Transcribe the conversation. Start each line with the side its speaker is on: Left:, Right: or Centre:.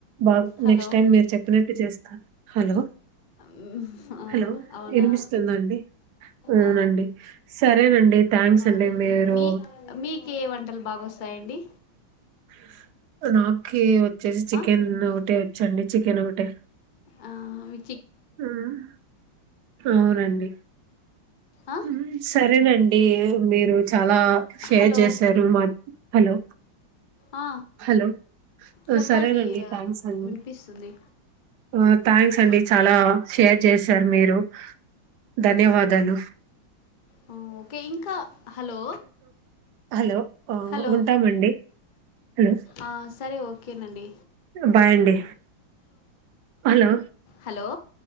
Right: బా
Left: హలో
Right: నెక్స్ట్ టైం మీరు చెప్పినట్టు చేస్తారు హలో
Left: మ్మ్. ఆ,
Right: హలో
Left: అవునా
Right: వినిపిస్తుందండి అవునండి
Left: ఆ,
Right: సరేనండి థ్యాంక్స్
Left: అవునండి
Right: అండి మీరు
Left: మీ మీకు ఏ వంటలు బాగా వస్తాయండి
Right: <inaudible> నాకి వచ్చేసి చికెన్
Left: ఆ?
Right: ఒకటే వచ్చండి చికెన్ ఒకటే
Left: ఆ మీ
Right: ఉమ్ అవునండి
Left: ఆ?
Right: ఉమ్ సరేనండి మీరు చాలా షేర్
Left: హలో
Right: చేశారు మా హలో
Left: ఆ
Right: హలో!
Left: చెప్పండి
Right: సరేనండి. థ్యాంక్స్ అండి.
Left: వినిపిస్తుంది
Right: ఆ థ్యాంక్స్ అండి చాలా షేర్ చేశారు మీరు ధన్యవాదాలు
Left: ఆ, ఓకే ఇంకా హలో
Right: హలో
Left: హలో
Right: ఉంటామండి హలో!
Left: ఆ సరే సరే ఓకే నండి
Right: బాయ్ అండి హలో
Left: హలో